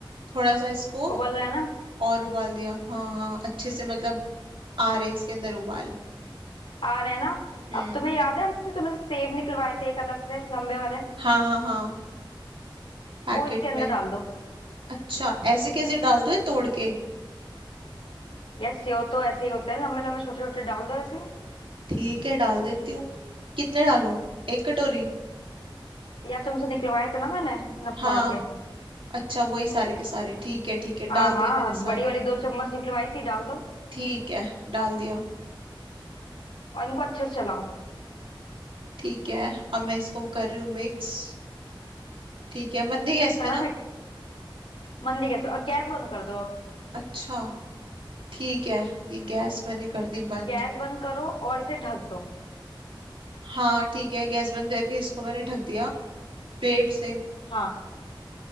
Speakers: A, on the right; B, on the left.
A: थोड़ा सा इसको
B: उबल रहा है ना
A: और उबाल दिया हाँ हाँ अच्छे से मतलब आ रहे इसके अंदर उबाल
B: आ रहा है ना
A: हम्म
B: अब तुम्हें याद है हमने तुमसे सेव निकलवाए थे एक अलग से लंबे वाले
A: हाँ हाँ हाँ पैकेट
B: वो इसके अंदर
A: में
B: डाल दो
A: अच्छा ऐसे कैसे डाल दूँ ये तोड़ के
B: यार सेव तो ऐसे ही होते हैं लंबे लंबे छोटे छोटे डाल दो ऐसे ही।
A: ठीक है डाल देती हूँ कितने डालूं एक कटोरी
B: या तुमसे निकलवाए थे ना मैंने नपवा
A: हाँ
B: के
A: अच्छा वही सारे के सारे ठीक है ठीक है
B: हाँ
A: डाल
B: हाँ
A: दिए मैंने सारे
B: बड़ी वाली दो चम्मच निकलवाई थी डाल दो
A: ठीक है डाल दिया
B: और इनको अच्छे से चलाओ
A: ठीक है अब मैं इसको कर रही हूँ मिक्स ठीक है मंदी गैस
B: करा
A: पे ना
B: मिक्स मंदी गैस पे। अब गैस बंद कर दो अब
A: अच्छा ठीक है ये गैस मैंने कर दी बंद
B: गैस बंद करो और इसे ढक दो
A: हाँ ठीक है गैस बंद करके इसको मैंने ढक दिया प्लेट से
B: हाँ